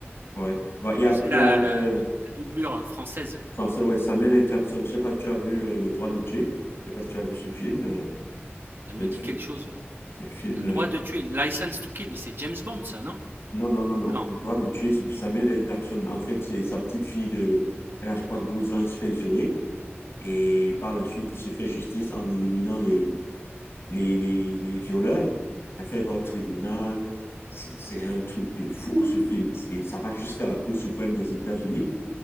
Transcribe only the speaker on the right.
Tu sais,
la,
la,
la la doublure euh, française,
ça me
dit
quelque chose. ouais.
Le droit
de tuer, License to Kill, mais c'est James Bond, ça, non?
Non.
Ouais,